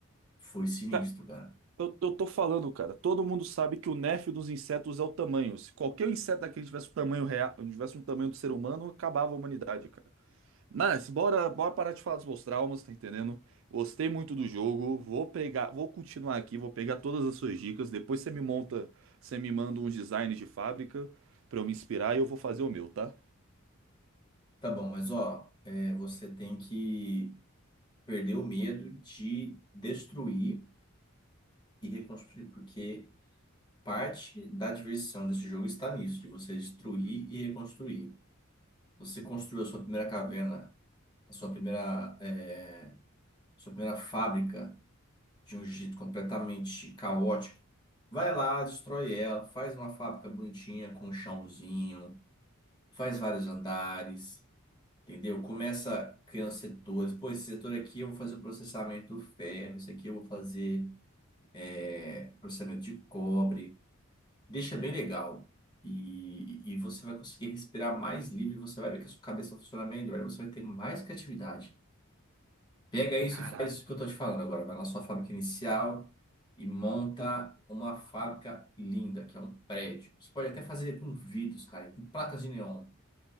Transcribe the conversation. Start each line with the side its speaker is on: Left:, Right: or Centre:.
Left: Foi sinistro,
Right: Ca-
Left: cara.
Right: Eu, eu tô falando, cara. Todo mundo sabe que o nerf dos insetos é o tamanho. Se qualquer inseto daquele tivesse o tamanho real, tivesse um tamanho do ser humano, acabava a humanidade, cara. Mas bora, bora parar de falar dos meus traumas, tá entendendo? Gostei muito do jogo. Vou pegar, vou continuar aqui, vou pegar todas as suas dicas. Depois você me monta, você me manda um design de fábrica pra eu me inspirar e eu vou fazer o meu, tá?
Left: Tá bom, mas ó, é, você tem que perder o medo de destruir e reconstruir, porque Parte da diversão desse jogo está nisso, de você destruir e reconstruir. Você construiu a sua primeira caverna, a sua primeira, eh, sua primeira fábrica de um jeito completamente caótico. Vai lá, destrói ela, faz uma fábrica bonitinha com um chãozinho, faz vários andares, entendeu? Começa criando setores. Pô, esse setor aqui eu vou fazer o processamento do ferro, esse aqui eu vou fazer é, processamento de cobre. deixa bem legal. E, e você vai conseguir respirar mais livre, você vai ver que a sua cabeça vai funcionar melhor, você vai ter mais criatividade. Pega isso
Right: Caraca,
Left: e faz isso que eu tô te falando agora. Vai na sua fábrica inicial e monta uma fábrica linda, que é um prédio. Você pode até fazer com vidros, cara, e com placas de neon.